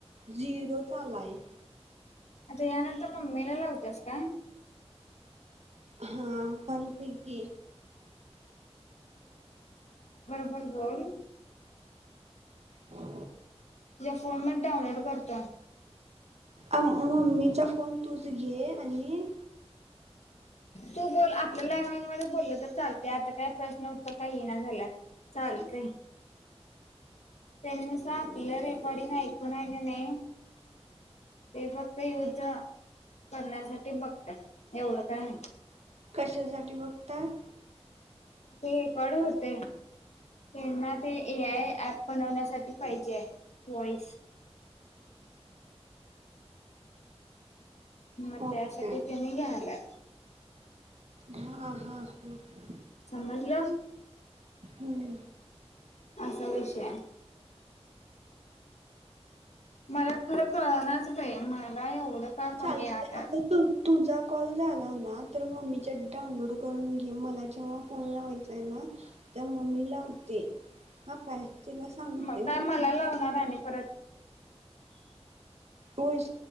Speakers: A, on the right (about 75°); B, on the left (about 75°).
A: झिरो चालाय
B: आता यानंतर मग ममी ला होतस काय
A: हा चालते क
B: बरबोल
A: हो
B: तुझ्या फोन मध्ये डाऊनलोड करतो
A: आ मम्मीचा फोन तूच घे आणि
B: तू बोल आपल्या लँग्वेज मध्ये बोललं तर चालते आता काय प्रश्न उत्तर काही ये ना झाल्यात. चालतयं तेच्यानुसार आपलं रेकॉर्डिंग ऐकून आहे का नाही ते फक्त युद्ध करण्यासाठी बघतात. एवढं काय नाय
A: कशा झाली बघतात.
B: ते रेकॉर्ड होते. त्यांना ते ए आय ऍप बनवण्यासाठी पाहिजे आहे. वॉइस हा
A: ओके
B: त्यासाठी तेनी घ्यायल्यात.
A: हा हा हा.
B: समजलं.
A: हम्म
B: असा विषय आहे. मला खरं कळणाच बाई मला एवढं का कमी
A: चालते.
B: आल्यात.
A: अग तू तुझा कॉल झाला ना तर मम्मीच्यात डाउनलोड करून घे मला जेव्हा फोन लावायचा आहे ना तेंव्हा मी लावते मग काय तुला सांगते
B: मग
A: मी
B: काय मला लावणार आणि परत
A: होैस